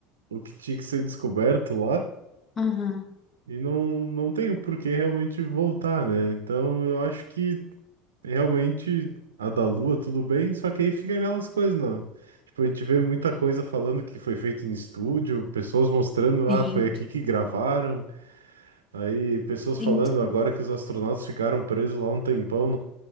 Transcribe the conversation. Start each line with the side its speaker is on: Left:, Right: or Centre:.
Right: o que tinha que ser descoberto lá,
Left: Aham,
Right: e não, não tem por que realmente voltar, né? Então eu acho que realmente a da Lua tudo bem, só que aí fica aquelas coisas, não. Tipo, a gente vê muita coisa falando que foi feito em estúdio, pessoas mostrando, ah,
Left: Sim.
Right: foi aqui que gravaram. Aí, pessoas falando
Left: Então.
Right: agora que os astronautas ficaram presos lá um tempão